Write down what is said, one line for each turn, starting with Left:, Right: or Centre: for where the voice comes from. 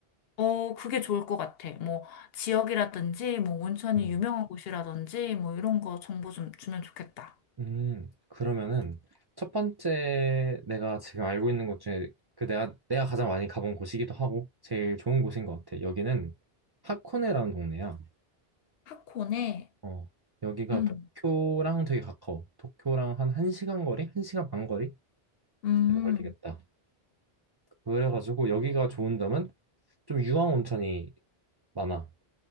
Left: 어, 그게 좋을 것 같아. 뭐 지역이라든지 뭐 온천이
Right: 음,
Left: 유명한 곳이라든지 뭐 이런 거 정보 좀 주면 좋겠다.
Right: 음. 그러면은 첫 번째 내가 지금 알고 있는 곳 중에 그 내가 내가 가장 많이 가본 곳이기도 하고 제일 좋은 곳인 것 같아. 여기는 하코네라는 동네야.
Left: 하코네.
Right: 어, 여기가
Left: 음,
Right: 도쿄랑 되게 가까워. 도쿄랑 한 1시간 거리? 1시간 반 거리?
Left: 음.
Right: 그 정도 걸리겠다. 그래가지고 여기가 좋은 점은 좀 유황 온천이 많아.